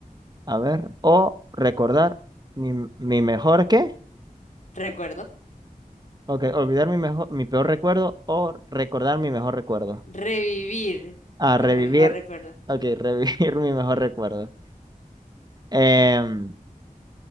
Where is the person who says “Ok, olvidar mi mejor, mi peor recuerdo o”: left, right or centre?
Right